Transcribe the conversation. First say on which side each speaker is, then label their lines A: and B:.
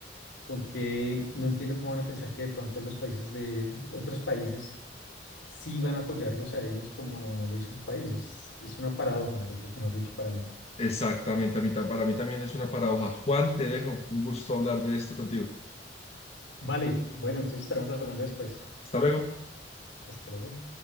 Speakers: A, on the left; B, on the left.
A: con que no entiendo cómo van a pensar que de pronto los países de otros países sí van a apoyarlos a ellos como no lo hizo su país. Es, es una paradoja, mejor mejor dicho, para mí.
B: Exactamente, a mí ta- para mí también es una paradoja. Juan, te dejo. Un gusto hablar de esto contigo.
A: Vale, bueno, entonces estaremos hablando después.
B: Hasta luego.
A: Hasta luego.